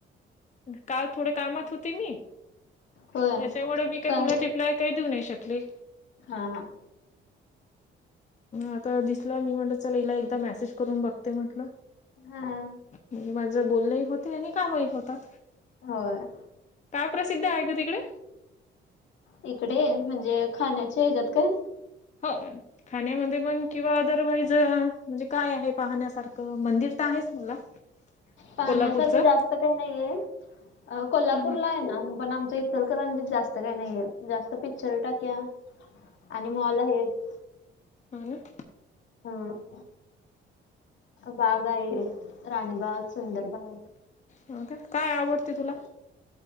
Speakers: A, on the left (about 35°); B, on the left (about 70°).
A: काल थोडे कामात होते मी,
B: होय
A: त्याच्यामुळे मी काय
B: का
A: तुला ते प्लाय काय देऊ न नाही शकली
B: हा हा
A: आता दिसला मी म्हणटलं चला हिला एकदा मेसेज करून बघते म्हंटलं
B: हा
A: म्हणजे माझ बोलण होत काम ही होतात
B: होय
A: काय प्रसिद्ध आहे ग तिकडे
B: इकडे म्हणजे खाण्याचे ह्याच्यात काय
A: हो खाण्यामध्ये पण किंवा आओदरवाईज म्हणजे काय आहे पाहण्यासारखं मंदिर आहेच मला
B: पाहण्यासारखं
A: कोल्हापूरचं.
B: जास्त काही नाहीये, कोल्हापूरला
A: हम्म हम्म
B: आहे ना पण आमच इ इचलकरंजीत जास्त काही नाहीय जास्त पिक्चर टाक्या आणि मॉल आहेत
A: हा ना
B: हम बाग आहे राणीबाग सुंदर बाग
A: ह का काय आवडते तुला